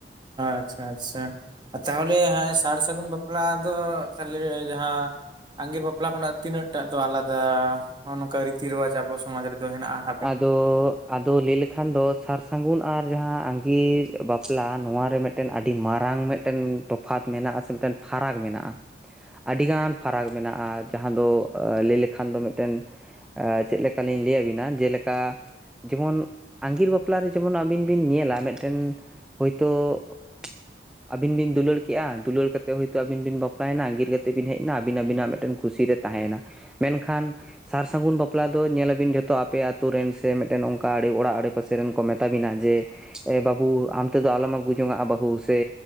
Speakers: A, on the right (about 25°); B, in the centre.
A: ᱟᱪᱪᱷᱟ ᱟᱪᱪᱷᱟ᱾ ᱟᱨ ᱛᱟᱦᱚᱞᱮ ᱥᱟᱨ ᱥᱟᱹᱜᱩᱱ ᱵᱟᱯᱞᱟ ᱫᱚ ᱛᱟᱦᱚᱞᱮ ᱡᱟᱦᱟᱸ ᱟᱸᱜᱤᱨ ᱵᱟᱯᱞᱟ ᱠᱷᱚᱱᱟᱜ ᱛᱤᱱᱟᱹᱜ ᱴᱟᱜ ᱫᱚ ᱟᱞᱟᱫᱟ ᱱᱚᱜ-ᱚ ᱱᱚᱝᱠᱟ ᱨᱤᱛᱤ ᱨᱮᱣᱟᱡᱽ ᱟᱵᱚ ᱥᱚᱢᱟᱡᱽ ᱨᱮᱫᱚ ᱦᱮᱱᱟᱜ-ᱟ᱾
B: ᱟᱫᱚ ᱟᱫᱚ ᱞᱟᱹᱭ ᱞᱮᱠᱷᱟᱱ ᱫᱚ ᱥᱟᱨ ᱥᱟᱹᱜᱩᱱ ᱟᱨ ᱡᱟᱦᱟᱸ ᱟᱸᱜᱤᱨ ᱵᱟᱯᱞᱟ ᱱᱚᱣᱟ ᱨᱮ ᱢᱮᱱ ᱴᱮᱱ ᱟᱹᱰᱤ ᱢᱟᱨᱟᱝ ᱢᱤᱫᱴᱮᱱ ᱛᱚᱯᱷᱟᱛ ᱢᱮᱱᱟᱜ-ᱟ ᱥᱮ ᱯᱷᱟᱨᱟᱠ ᱢᱮᱱᱟᱜ-ᱟ᱾ ᱟᱹᱰᱤᱜᱟᱱ ᱯᱷᱟᱨᱟᱠ ᱢᱮᱱᱟᱜᱼᱟ ᱡᱟᱦᱟᱸ ᱫᱚ ᱞᱟᱹᱭ ᱞᱮᱠᱷᱟᱱ ᱫᱚ ᱢᱤᱫᱴᱮᱱ᱾ ᱪᱮᱫ ᱞᱮᱠᱟᱞᱤᱧ ᱞᱟᱹᱭ ᱟᱹᱵᱤᱱᱟ, ᱡᱮᱞᱮᱠᱟ ᱡᱮᱢᱚᱱ ᱟᱜᱤᱨ ᱵᱟᱯᱞᱟᱨᱮ ᱡᱮᱢᱚᱱ ᱟᱹᱵᱤᱱ ᱵᱤᱱ ᱧᱮᱞᱟ ᱢᱤᱫᱴᱮᱱ ᱦᱳᱭᱛᱳ ᱟᱹᱵᱤᱱ ᱵᱤᱱ ᱫᱩᱞᱟᱹᱲ ᱠᱮᱜᱼᱟ ᱫᱩᱞᱟᱹᱲ ᱠᱟᱛᱮ ᱦᱳᱭᱛᱳ ᱟᱹᱵᱤᱱ ᱵᱤᱱ ᱵᱟᱯᱞᱟᱭᱮᱱᱟ ᱟᱹᱜᱤᱨ ᱠᱟᱛᱮᱫ ᱵᱤᱱ ᱦᱮᱡ ᱮᱱᱟ ᱟᱹᱵᱤᱱ ᱟᱹᱵᱤᱱᱟᱜ ᱢᱤᱫᱴᱮᱱ ᱠᱩᱥᱤ ᱨᱮ ᱛᱟᱦᱮᱭᱮᱱᱟ, ᱢᱮᱱᱠᱷᱟᱱ ᱥᱟᱨ ᱥᱟᱹᱜᱩᱱ ᱵᱟᱯᱞᱟ ᱫᱚ ᱧᱮᱞᱟᱵᱤᱱ ᱡᱚᱛᱚ ᱟᱯᱮᱭᱟᱜ ᱟᱛᱳ ᱨᱮᱱ ᱥᱮ ᱢᱤᱫᱴᱮᱱ ᱚᱱᱠᱟ ᱚᱲᱟᱜ ᱟᱲᱮ ᱯᱟᱥᱮᱨᱮᱱ ᱠᱚ ᱢᱮᱛᱟ ᱵᱤᱱᱟ, ᱡᱮ ᱮ ᱵᱟᱹᱵᱩ ᱟᱢᱛᱮᱫᱚ ᱟᱞᱚᱢ ᱟᱹᱜᱩ ᱡᱚᱱᱟᱜᱼᱟ ᱵᱟᱹᱦᱩ ᱥᱮ